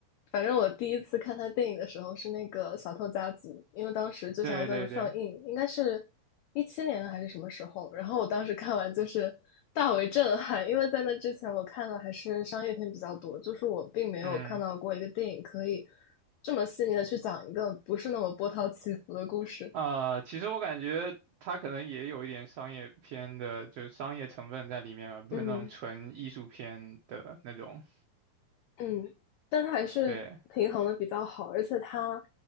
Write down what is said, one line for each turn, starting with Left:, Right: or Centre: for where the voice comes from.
Left: 反正我第一次看他电影的时候是那个《小偷家族》，因为当时就《小偷家族》上映，
Right: 对对对。
Left: 应该是一七年还是什么时候，然后我当时看完就是大为震撼，因为在那之前我看的还是商业片比较多，就是我并没有看到过一个电影可以
Right: 嗯。
Left: 这么细腻的去讲一个不是那么波涛起伏的故事。
Right: 啊、其实我感觉他可能也有一点商业片的，就是商业成分在里面嘛，不是那种纯艺术片的那种。
Left: 嗯嗯，但他还是平衡的比较好，
Right: 对
Left: 而且他